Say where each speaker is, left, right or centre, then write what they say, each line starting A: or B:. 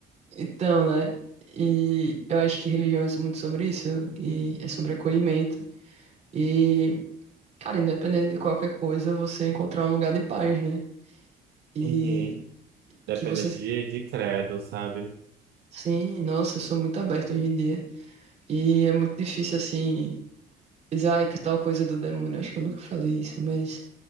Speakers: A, on the right; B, on the right.
A: Então, né? E eu acho que religião é muito sobre isso, e é sobre acolhimento. E, cara, independente de qualquer coisa, você encontrar um lugar de paz, né? E
B: Uhum. Dependente
A: que você.
B: de, de credo, sabe?
A: Sim, nossa, eu sou muito aberto hoje em dia. E é muito difícil, assim. dizer, ai, que tal coisa do demônio. Acho que eu nunca falei isso, mas